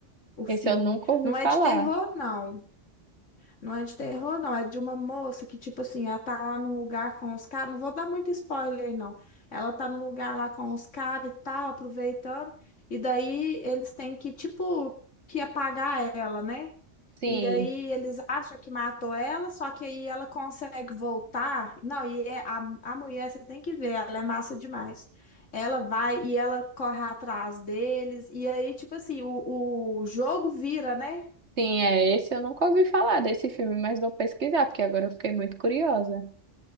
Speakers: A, on the left; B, on the right.
A: o filme.
B: Esse eu nunca ouvi
A: Não
B: falar.
A: é de terror, não. Não é de terror, não. É de uma moça que, tipo assim, ela tá lá num lugar com os caras. Não vou dar muito spoiler, não. Ela tá num lugar lá com os caras e tal, aproveitando. E daí eles têm que, tipo, que apagar ela, né?
B: Sim,
A: E aí eles acham que matou ela, só que aí ela consegue voltar. Não, e é- a, a mulher, você tem que ver, ela é massa demais. Ela vai e ela corre atrás deles. E aí, tipo assim, o, o jogo vira, né?
B: sim, é esse eu nunca ouvi falar desse filme, mas vou pesquisar, porque agora eu fiquei muito curiosa.